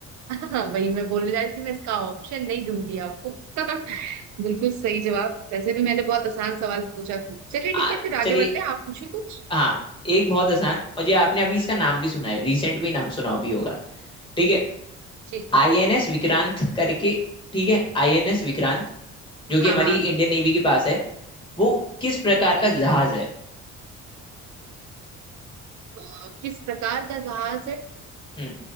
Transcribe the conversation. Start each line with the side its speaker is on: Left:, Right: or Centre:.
Right: <laughs> हाँ वही मैं बोलने जा रही थी मैं इसका ऑप्शन नहीं दूंगी आपको <laughs> बिल्कुल सही जवाब वैसे भी मैंने बहुत आसान सवाल पूछा चलिए
Left: आ,
Right: ठीक है फिर
Left: चलिए
Right: आगे बढ़ते हैं आप पूछिए कुछ
Left: हाँ एक बहुत आसान और ये आपने अभी इसका नाम भी सुना है रिसेंट भी नाम सुना भी होगा ठीक है
Right: जी
Left: आईएनएस विक्रांत करके ठीक है आईएनएस विक्रांत जो कि
Right: हाँ
Left: हमारी
Right: हाँ
Left: इंडियन नेवी के पास है वो किस प्रकार
Right: जी
Left: का
Right: जी
Left: जहाज है
Right: अ, किस प्रकार का जहाज है
Left: हम्म